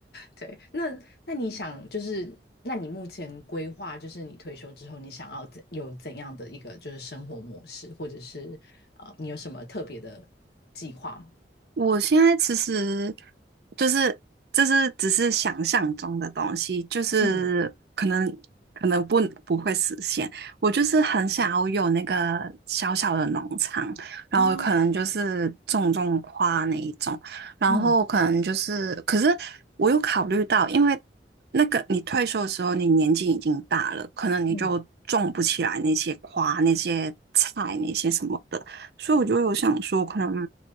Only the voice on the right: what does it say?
我现在其实就是就是只是想象中的东西，就是可能可能不不会实现。
我就是很想要有那个小小的农场，然后可能就是种种花那一种，
然后可能就是可是我有考虑到，
因为那个你退休的时候，你年纪已经大了，可能你就种不起来那些花、
那些菜、那些什么的。所以我就有想说，可能